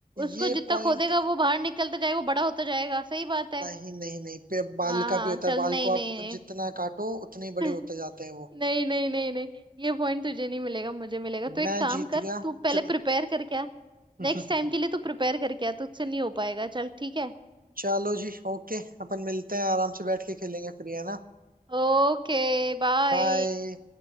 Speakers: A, on the right (about 30°); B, on the right (about 70°).
A: उसको
B: ये
A: जितना
B: पॉइंट
A: खोदेगा वो बाहर निकलता जाएगा वो बड़ा होता जाएगा सही बात है
B: नहीं नहीं नहीं पे बाल
A: हाँ
B: का
A: हाँ
B: भी होता
A: चल
B: है बाल
A: नहीं
B: को
A: नहीं
B: आप
A: नहीं
B: जितना काटो उतने ही
A: <laughs>
B: बड़े होते जाते हैं वो
A: नहीं नहीं नहीं नहीं ये पॉइंट तुझे नहीं मिलेगा मुझे मिलेगा तो एक
B: मैं
A: काम
B: जीत
A: कर
B: गया
A: तू पहले
B: च-
A: प्रिपेयर कर क्या
B: <laughs>
A: नेक्स्ट टाइम के लिए तू प्रिपेयर कर क्या तुझसे नहीं हो पाएगा चल ठीक है
B: चलो जी ओके अपन मिलते हैं आराम से बैठ के खेलेंगे फिर है ना
A: Okay bye
B: बाय